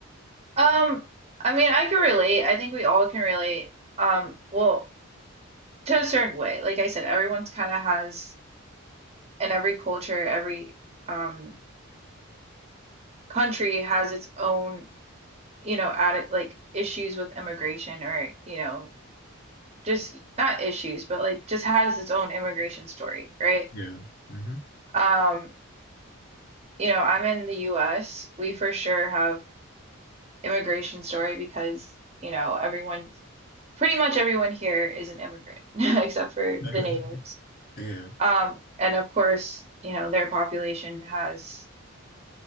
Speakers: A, on the right; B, on the left.
A: Um, I mean, I can relate. I think we all can relate. Um, well, to a certain way. Like I said, everyone's kind of has, and every culture, every um country has its own, you know, added like issues with immigration or, you know, just not issues, but like just has its own immigration story, right?
B: Yeah. hmm
A: Um, you know, I'm in the US. We for sure have immigration story because, you know, everyone, pretty much everyone here is an immigrant <laughs> except for
B: <laughs>
A: the natives.
B: Yeah.
A: Um, and of course, you know, their population has,